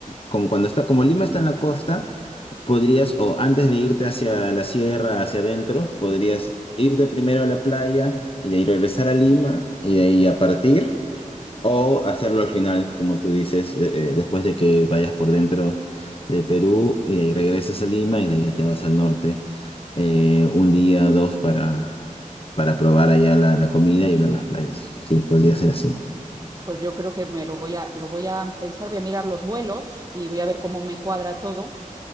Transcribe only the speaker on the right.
Pues yo creo que me lo voy a, lo voy a pensar, voy a mirar los vuelos y voy a ver cómo me cuadra todo.